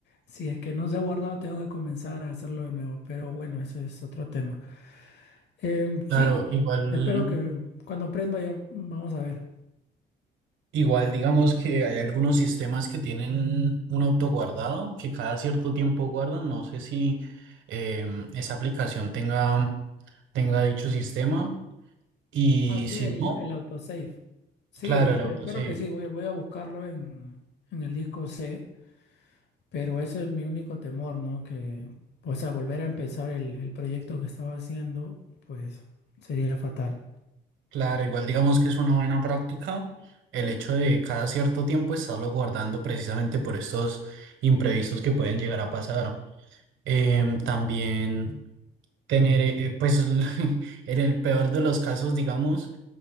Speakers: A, on the left; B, on the right.
A: si es que no se ha guardado, tengo que comenzar a hacerlo de nuevo. Pero bueno, ese es otro tema. Em,
B: Claro,
A: sí,
B: igual.
A: espero que cuando aprenda ya mm, vamos a ver.
B: Igual, digamos que hay algunos sistemas que tienen un autoguardado que cada cierto tiempo guardan. No sé si em, esa aplicación tenga, tenga dicho sistema. Y
A: Ah, sí,
B: si
A: el,
B: no,
A: el autosave. Sí,
B: claro,
A: esp-
B: el autosave.
A: espero que sí, voy, voy a buscarlo en, en el disco C, pero ese es mi único temor, ¿no? Que, o sea, volver a empezar el, el proyecto que estaba haciendo, pues sería fatal.
B: Claro, igual digamos que es una buena práctica el hecho de cada cierto tiempo estarlo guardando precisamente por estos imprevistos que pueden llegar a pasar. Em, también tener, eh, pues, <laughs> en el peor de los casos, digamos